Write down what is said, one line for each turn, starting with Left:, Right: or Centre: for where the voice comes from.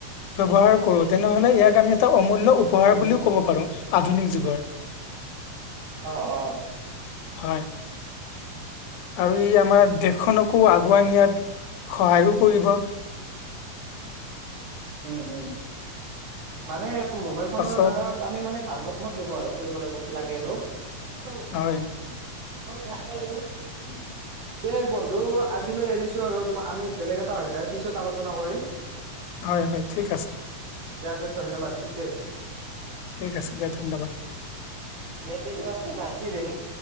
Left: ব্যৱহাৰ কৰো তেনেহ'লে ইয়াক আমি এটা অমোদ উপহাৰ
Right: উম
Left: বুলিও ক'ব পাৰো আধুনিক যুগৰ।
Right: অ অ
Left: হয়। আৰু ই আমাৰ দেশখনকো আগুৱাই নিয়াত সহায়ো কৰিব।
Right: উম, উম মানে মোবাইল ফোনৰ
Left: পাছত
Right: দ্বাৰা আমি মানে ভাল কামত দিব আৰু কৰিব লাগিব লাগে আৰু। <unintelligible>
Left: হয়
Right: তে বন্ধু আজিলৈ এৰিছো আৰু তোমাৰ আমি বেলেগ এটা অধ্যায় ইয়াৰ পিছত আলোচনা কৰিম।
Left: হয়, হয় ঠিক আছে।
Right: দিয়া তে ধন্যবাদ ঠিকে আছে।
Left: ঠিক আছে দিয়া ধন্যবাদ।
Right: মই <unintelligible>